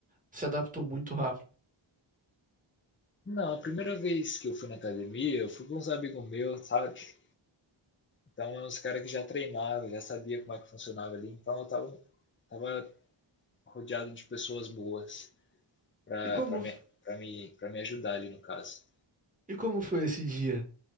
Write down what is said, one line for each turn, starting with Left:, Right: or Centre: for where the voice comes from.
Right: se adaptou muito rápido?
Left: Não, a primeira vez que eu fui na academia, eu fui com uns amigos meus, sabe? Então, é uns caras que já treinava, já sabia como é que funcionava ali. Então, eu tava, tava rodeado de pessoas boas para
Right: E como
Left: me, pra me, pra me ajudar ali, no caso.
Right: e como foi esse dia?